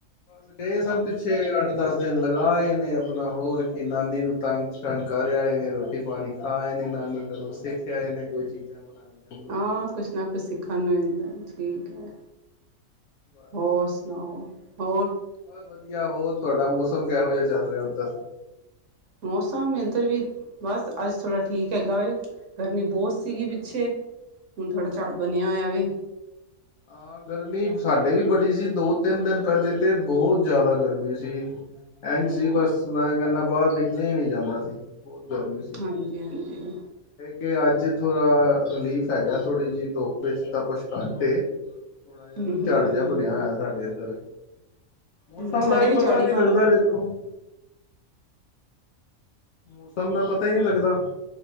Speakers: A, on the left; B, on the right.
A: ਬਸ ਗਏ ਸਨ ਪਿੱਛੇ ਦਸ ਦਿਨ ਲਗਾਏ, ਨੇ ਆਪਣਾ ਹੋਰ ਕੀ ਨਾਨੀ ਨੂੰ ਤੰਗ-ਸ਼ੰਗ ਕਰ ਆਏ ਨੇ ਰੋਟੀ-ਪਾਣੀ ਖਾ ਆਏ ਨੇ ਨਾਨੀ ਕੋਲੋਂ ਸਿੱਖ ਆਏ, ਨੇ ਕੋਈ ਚੀਜ਼ਾਂ ਬਣਾਉਣੀਆਂ। ਬਣਾਉਣੀਆਂ
B: ਹਾਂ ਕੁਛ ਨਾ ਕੁਛ ਸਿੱਖਣ ਨੂੰ ਮਿਲਦਾ ਠੀਕ ਹੈ।
A: ਬਸ
B: ਹੋਰ
A: ਵਧੀਆ
B: ਸੁਣਾਓ ਹੋਰ?
A: ਬਸ ਵਧੀਆ, ਹੋਰ ਤੁਹਾਡਾ ਮੌਸਮ ਕਿਹੋ ਜਿਹਾ ਚੱਲ ਰਿਹਾ ਉੱਧਰ?
B: ਮੌਸਮ ਇੰਧਰ ਵੀ ਬਸ ਅੱਜ ਥੋੜ੍ਹਾ ਠੀਕ ਹੈਗਾ ਏ ਗਰਮੀ ਬਹੁਤ ਸੀਗੀ
A: ਅੱਛਾ
B: ਪਿੱਛੇ ਹੁਣ ਥੋੜਾ ਝੜ ਬਣਿਆ
A: ਅੱਛਾ
B: ਹੋਇਆ ਵੇ।
A: ਹਾਂ ਗਰਮੀ ਸਾਡੇ ਵੀ ਬੜੀ ਸੀ ਦੋ-ਤਿੰਨ ਦਿਨ ਪਹਿਲੇ ਤੇ ਬਹੁਤ ਜ਼ਿਆਦਾ ਗਰਮੀ ਸੀ। ਐਂਜ
B: ਹੂੰ
A: ਸੀ ਬਸ ਮੈਂ ਕਹਨਾ ਬਾਹਰ ਨਿਕਲਿਆ ਹੀ ਨਹੀਂ ਜਾਂਦਾ ਸੀ, ਬਹੁਤ ਗਰਮੀ ਸੀ।
B: ਹਾਂਜੀ-ਹਾਂਜੀ‌।
A: ਕੇ ਅੱਜ ਥੋੜਾ ਰਿਲੀਫ਼ ਹੈਗਾ, ਥੋੜ੍ਹੀ ਜੀ ਧੁੱਪ ਚ ਤਪਸ਼ ਘੱਟ ਏ। ਥੋੜਾ ਜਿਹਾ
B: ਹੂੰ
A: ਨਾ
B: ਹੂੰ
A: ਝੜ ਜਿਹਾ ਬਣਿਆ, ਹੋਇਆ ਸਾਡੇ ਇੱਧਰ। ਮੌਸਮ
B: ਹੂੰ ਸਾਡੇ
A: ਦਾ ਵੀ ਪਤਾ
B: ਝਾੜ
A: ਨੀ
B: ਹੀ ਬਣ
A: ਲੱਗਦਾ ਵੇਖੋ। ਮੌਸਮ ਦਾ ਪਤਾ ਹੀ ਨਹੀਂ ਲੱਗਦਾ।